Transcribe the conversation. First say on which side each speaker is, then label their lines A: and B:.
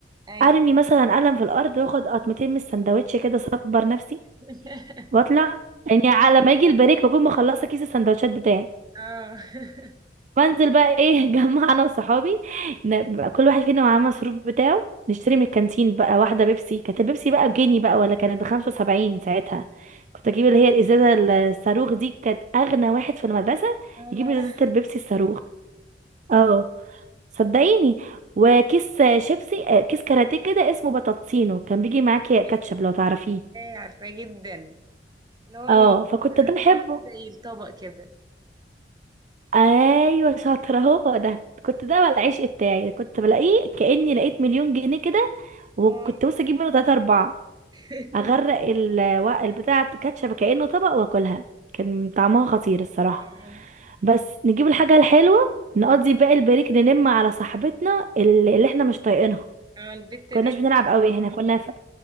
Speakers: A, on the right; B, on the right.
A: أيوه
B: أرمي مثلا قلم في الأرض وآخد قطمتين من السندوتش كده أصبر نفسي
A: <laughs>
B: وأطلع يعني على ما يجي البريك بكون مخلصة كيس السندوتشات بتاعي
A: اه <laughs>
B: بنزل بقى ايه <laughs> جمع انا وصحابي ن- بقى كل واحد فينا معاه مصروف بتاعه نشتري من الكانتين بقى واحدة بيبسي كانت البيبسي بقى بجنيه بقى ولا كانت بخمسة وسبعين ساعتها كنت اجيب اللي هي الازازة الصاروخ دي كانت اغنى واحد في المدرسة
A: اه
B: يجيب ازازة البيبسي الصاروخ اه صدقيني وكيس شيبسي آه، كيس كاراتيه كده اسمه بطاطسينو كان بيجي معاكي
A: عارفاه
B: كاتشب لو تعرفيه
A: عارفاه جدا اللي هو ال-
B: اه فكنت
A: الكاراتيه
B: ده بحبه
A: عامل زي الطبق كده
B: ايوه شاطره هو ده كنت ده بقى العشق بتاعي كنت بلاقيه كاني لقيت مليون جنيه كده وكنت
A: اه
B: بص اجيب منه تلاتة اربعة
A: <laughs>
B: اغرق الوق البتاع كاتشب كانه طبق واكلها كان طعمها خطير الصراحه
A: اه
B: بس نجيب الحاجه الحلوه نقضي باقي البريك ننم على صاحبتنا اللي اللي احنا مش طايقينها
A: آه، البت الرخمة
B: كناش بنلعب قوي احنا كنا ف...